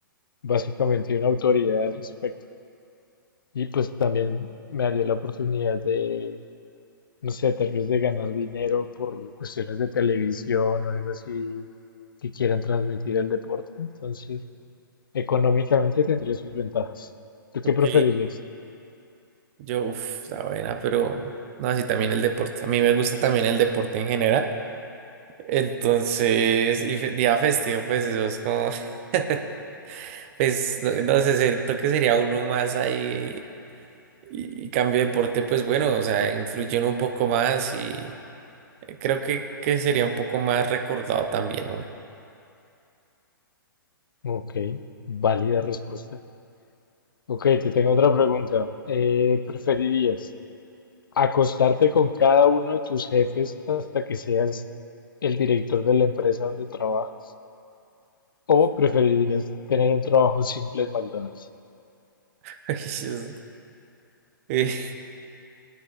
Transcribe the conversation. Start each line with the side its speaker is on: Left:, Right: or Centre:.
Left: básicamente una autoridad al respecto. Y pues también me haría la oportunidad de no sé, tal vez de ganar dinero por cuestiones de televisión o algo así que quieran transmitir el deporte. Entonces, económicamente tendría sus ventajas. ¿Tú qué
Right: Ok,
Left: preferirías?
Right: yo, uff, está buena, pero no, así también el deporte. A mí me gusta también el deporte en general. Entonces, y fe- día festivo, pues eso es como... <laughs> Pues no no sé, siento que sería uno más ahí y, y cambio de deporte, pues bueno, o sea, influye uno un poco más y eh, creo que, que sería un poco más recordado también uno.
Left: Ok, válida respuesta. Ok, te tengo otra pregunta. Eh, ¿preferirías acostarte con cada uno de tus jefes hasta que seas el director de la empresa donde trabajas? ¿O preferirías tener un trabajo simple en McDonald's?
Right: <laughs> Ay, Dios. Eh,